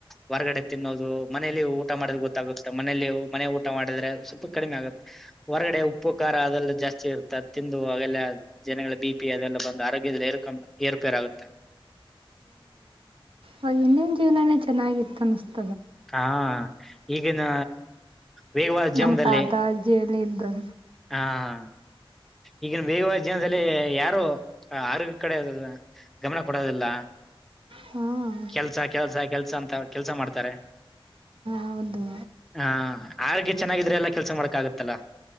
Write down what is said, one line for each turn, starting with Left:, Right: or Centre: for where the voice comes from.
Centre: ಹೊರಗಡೆ ತಿನ್ನು ಮನೇಲಿ ಊಟ ಮಾಡೆ ಗೊತ್ತಾಗೆ ಮನೆಯಲ್ಲಿ ಮನೆ ಊಟ ಮಾಡಿದ್ರೆ ಸ್ವಲ್ಪ ಕಡಿಮೆ ಆಗುತ್ತೆ ಹೊರಗಡೆ ಉಪ್ಪು ಖಾರ ಅದೆಲ್ಲ ಜಾಸ್ತಿ ಇರ್ತದೆ ತಿಂದು ಅವೆಲ್ಲ ಜನಗಳ ಬಿ ಪಿ ಅದೆಲ್ಲ ಬಂದು ಆರೋಗ್ಯದಲ್ಲಿ ಇರ್ಕ ಏರ್ಪೇರಾಗುತ್ತೆ
Right: ಅವ ಇಿಂದಿನ ಜೀವನೇ ಚೆನ್ನಾಗಿತ್ತ ಅನ್ನಿಸ್ತು
Centre: ಹಾ ಈಗಿನ ವೇಗವಾದ ಜೀವನದಲ್ಲಿ
Right: ನಮ್ಮ ತಾತ ಅಜ್ಜಿ ಎಲ್ಲ ಇದ್ದರು
Centre: ಹಾ ಹಾ ಈಗಿನ ಬೇಗವ ಜೀನದಲ್ಲಿ ಯಾರು ಆರೋಗ್ಯ ಕಡೆ ಅದ ಗಮನ ಕೊಡೋದಿಲ್ಲ
Right: ಹಾಂ
Centre: ಕೆಲ್ಸ ಕೆಲ್ಸ ಕೆಲ್ಸ ಅಂತ ಕೆಲ್ಸ ಮಾಡ್ತಾರೆ
Right: ಹೌದು
Centre: ಹಾ ಆರೋಗ್ಯ ಚೆನ್ನಾಗಿದ್ರೆ ಎಲ್ಲ ಕೆಲ್ಸ ಮಾಡ್ಕ ಆಾಗತ್ತಲ್ಲ